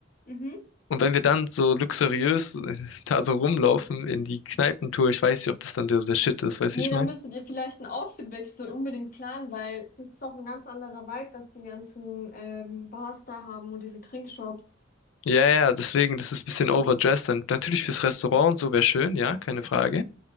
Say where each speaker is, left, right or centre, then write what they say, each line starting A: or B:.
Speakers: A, on the left; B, on the left.
A: Mhm.
B: Und wenn wir dann so luxuriös <laughs> da so rumlaufen in die Kneipentour, ich weiß nicht, ob das dann der, der Shit ist, weißt
A: Nee,
B: du, ich
A: dann
B: meine?
A: müsstet ihr vielleicht einen Outfitwechsel unbedingt planen, weil das ist auch ein ganz anderer Vibe, was die ganzen ähm, Bars da haben und diese Trinkshops.
B: Ja, ja, deswegen, das ist ein bisschen overdressed. Dann natürlich fürs Restaurant und so wäre schön, ja, keine Frage.